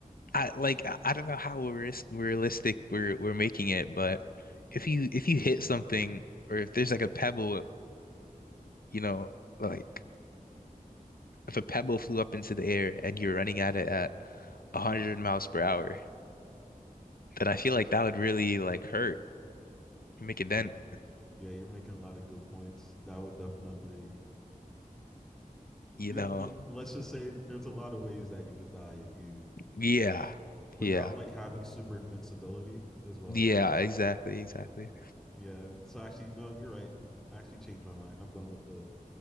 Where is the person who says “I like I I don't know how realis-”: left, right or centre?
Left